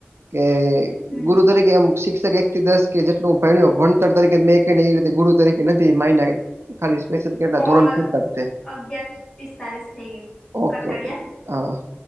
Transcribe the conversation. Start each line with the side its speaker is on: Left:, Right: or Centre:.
Right: કે,
Left: હમ
Right: ગુરુ તરીકે આમ શિક્ષક એક થી દસ કે, જેટલું ભણ્યો ભણતર તરીકે મે એકે ને, એ રીતે ગુરુ તરીકે નથી માઈનો. ખાલી સ્પેશ્યલ કે,
Left: કોલ
Right: ધોરણ પુરત તે
Left: અગિયાર પિસ્તાલીસ થઈ ગઈ
Right: ઓકે-ઓકે.
Left: કટ કરીએ
Right: હા, આ